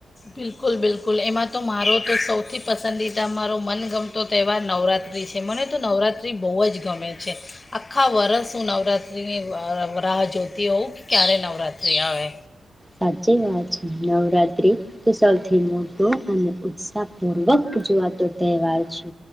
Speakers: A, on the left; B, in the centre.
A: બિલકુલ બિલકુલ એમાં તો મારો તો સૌથી પસંદીદા મારો મનગમતો તહેવાર નવરાત્રિ છે મને તો નવરાત્રિ બહુ જ ગમે છે આખા વરસ હું નવરાત્રિની વાહ રાહ જોતી હોઉં કે ક્યારે નવરાત્રિ આવે
B: સાચી વાત છે નવરાત્રી તો સૌથી મોટો અને ઉત્સાહ પૂર્વક જોવાતો તહેવાર છે